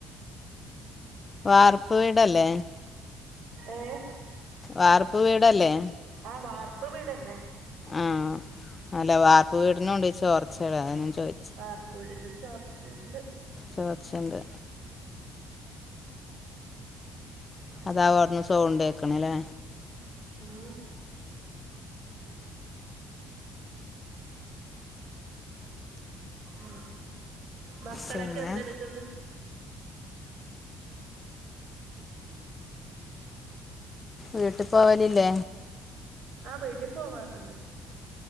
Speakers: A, on the left; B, on the right.
A: വാർപ്പ് വീടല്ലേ.
B: ഏഹ്.
A: വാർപ്പ് വീടല്ലേ.
B: ആഹ് വാർപ്പ് വീടന്നെ.
A: ആഹ് അല്ല വാർപ്പ് വീട്നുണ്ട്‌ ഈ ചോർച്ചടെ അതാ ഞാ ചോയ്
B: വാർപ്പ് വീടിലും ചോർച്ചയ്ണ്ട്.
A: ചോർച്ചണ്ട്. അതാവു അട്ന്ന് സൗണ്ടേക്ക്ണ് ലെ.
B: ഉം ഉം മക്കളൊക്കെ
A: പിന്നെ
B: എന്തെട്ക്ക്‌ന്ന്‌?
A: വീട്ട് പോവലില്ലേ.
B: ആഹ് വീട്ടി പോവാറ്ണ്ട്.